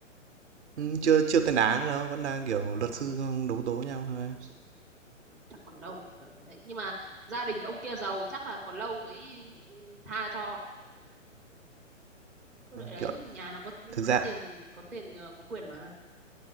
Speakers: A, on the right (about 60°); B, in the centre.
A: Ừm, chưa chưa tên án đâu, vẫn đang, kiểu,
B: ờ,
A: luật sư đấu tố nhau thôi.
B: ôi giời, chắc còn lâu đợi đấy nhưng mà gia đình ông kia giàu chắc là còn lâu mới ừ, tha cho cứ đợi đấy
A: Kiểu
B: nhà nó có
A: thực
B: có
A: ra
B: tiền có tiền ờ, có quyền mà